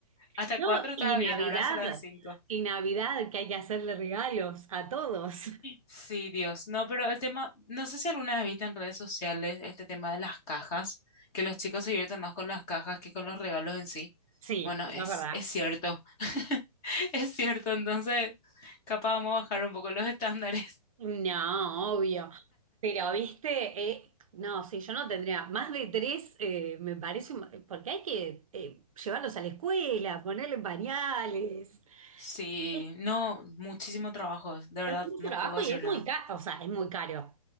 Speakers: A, on the left; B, on the right.
A: hasta
B: no,
A: cuatro estaba
B: y
A: bien,
B: Navidad,
A: ahora serán cinco.
B: y Navidad que hay que hacerle regalos a todos. <laughs>
A: Sí, Dios. No, pero el tema, no sé si alguna vez viste en redes sociales este tema de las cajas, que los chicos se divierten más con las cajas que con los regalos en sí.
B: Sí,
A: Bueno,
B: eso
A: es,
B: es verdad.
A: es cierto, <laughs> es cierto. Entonces, capaz vamos a bajar un poco los <laughs> estándares.
B: No, obvio. Pero, viste, Eh, no, sí, yo no tendría más de tres, eh, me parece, un- eh, porque hay que eh, llevarlos a la escuela, ponerle pañales.
A: Sí,
B: Es,
A: no, muchísimo trabajo, de verdad,
B: es mucho
A: no
B: trabajo
A: puedo decir
B: y es
A: nada.
B: muy caro, o sea, es muy caro.